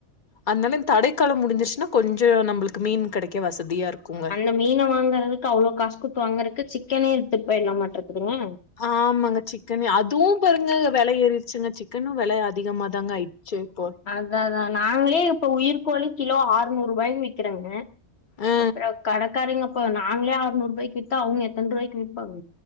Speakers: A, on the left; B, on the left.
A: அதனால தடைக்காலம் முடிஞ்சிருச்சுன்னா கொஞ்சோ நம்ளுக்கு மீன் கெடைக்க வசதியா இருக்கு
B: இந்த மீனை வாங்குறதுக்கு அவ்ளோ காசு குத்து வாங்குறக்கு சிக்கனே எடுத்துபட்போயில்லா மாட்டுருக்குதுங்க
A: ஆ ஆமாங்க சிக்கன்னு அதுவு பாருங்க வெல ஏறிடுச்சுங்க சிக்கனும் வெல அதிகமா தாங்க ஆயி செரிப்பா
B: அத அதா நாங்களே இப்ப உயிர் கோழி கிலோ ஆறுநூறு ரூபாயன்னு விக்கிறாங்க
A: ஆ
B: அப்பறோ கடைக்காரிங்க இப்போ நாங்களே ஆறநூறு ரூபாய்க்க வித்தா அவங்க எத்தன் ரூபாய்க்குவிப்பாங்க